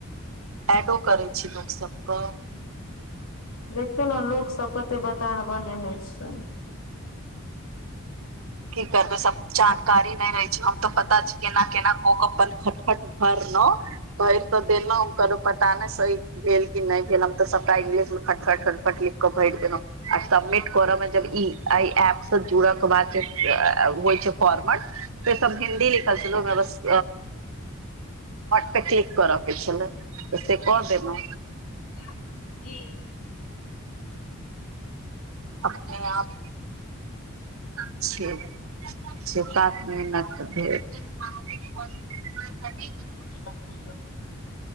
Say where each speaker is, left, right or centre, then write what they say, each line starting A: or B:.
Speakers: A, on the right (about 70°); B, on the left (about 70°).
A: ऐडो करै छी लोक सब कऽ
B: देखियौ ने लोक सब कते बताह बनेने छै
A: की करबै सब जानकारी नहि रहै छै हम तऽ पता छै केना केना कऽ क्पल फटफट भरना घैर तऽ देेल ओकर तऽ पता नहि सहि भेल की नहि भेल हम तऽ सबटा इंग्लिश खटखट खटकट लिख कऽ भैर देलहुँ आ समिट करऽ मे जब ई एहि ऐप सँ जुड़य के बाद जे <unintelligible> से सब हिन्दी लिखल छल डाउट पे किलिक करअ के छले तऽ से क देलैउ
B: <unintelligible>
A: अपने आप <unintelligible> <unintelligible>
B: <unintelligible>